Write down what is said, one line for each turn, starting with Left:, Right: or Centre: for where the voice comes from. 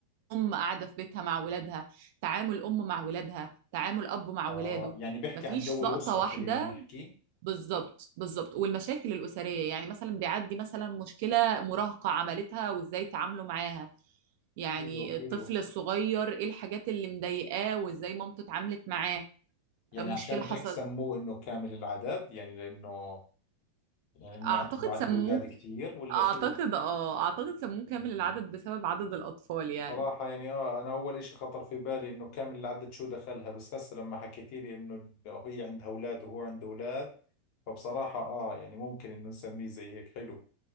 Right: ام قاعده في بيتها مع ولادها تعامل ام مع ولادها تعامل اب مع
Left: آه
Right: ولاده
Left: يعني بيحكي
Right: مفيش
Left: عن جو الأسرة
Right: لقطه واحده
Left: خلينا نحكي
Right: بالظبط بالظبط والمشاكل الاسريه يعني مثلا بيعدي مثلا مشكله مراهقه عملتها وازاي تعاملوا معاها يعني
Left: حلو حلو
Right: الطفل الصغير ايه الحاجات اللي مضايقاه وازاي مامته اتعاملت معاه
Left: يعني
Right: مشكله
Left: عشان هيك
Right: حصل
Left: سموه انه كامل العدد يعني لانه يعني انه
Right: اعتقد
Left: عندي عدد
Right: سموه
Left: اولاد كثير ولا
Right: اعتقد
Left: شو
Right: اه اعتقد سموه كامل العدد بسبب عدد الاطفال يعني
Left: صراحة يعني اه انا اول اشي خطر في بالي انه كامل العدد شو دخلها بس هسه لما حكيتي لي انه هي عندها اولاد وهو عنده اولاد فبصراحة اه يعني ممكن انه نسميه زي هيك حلو